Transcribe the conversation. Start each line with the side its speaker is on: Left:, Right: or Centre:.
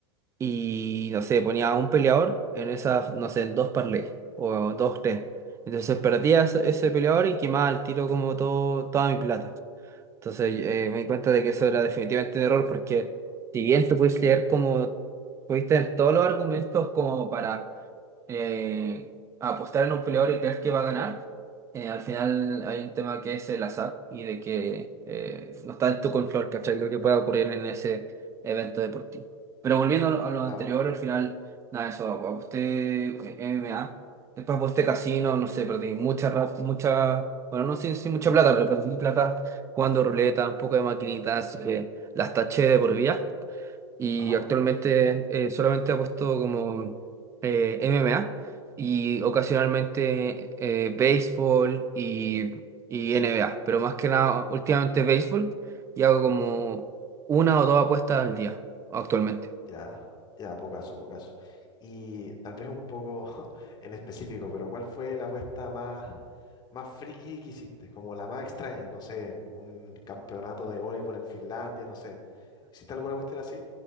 Right: y no sé, ponía a un peleador en esas, no sé, en dos parlays o dos, tres. Entonces perdía ese, ese peleador y quemaba al tiro como todo, toda mi plata. Entonces eh, me di cuenta de que eso era definitivamente un error porque si bien tú puedes leer como, pudiste tener todos los argumentos como para eh, a apostar en un peleador y creer que va a ganar, eh, al final hay un tema que es el azar y de que eh, no está en tu control, ¿cachai? Lo que pueda ocurrir en ese evento deportivo. Pero volviendo a lo a lo anterior,
Left: Claro.
Right: al final, nada, eso, aposté eh, MMA, después aposté casino, no sé, perdí mucha, ra- mucha, bueno, no sé si mucha plata, pero perdí plata jugando ruleta, un poco de maquinitas, eh, las taché de por vida y
Left: Ajá,
Right: actualmente eh, solamente ha puesto como eh, MMA y ocasionalmente eh, béisbol y, y NBA, pero más que nada últimamente béisbol y hago como
Left: eso.
Right: una o dos apuestas al día actualmente.
Left: Ya, ya, pocaso, pocaso. Y tal vez un poco <laughs> en específico, pero ¿cuál fue la apuesta más, más friki que hiciste? Como la más extraña, no sé, un campeonato de voleibol en Finlandia, no sé. ¿Hiciste alguna cuestión así?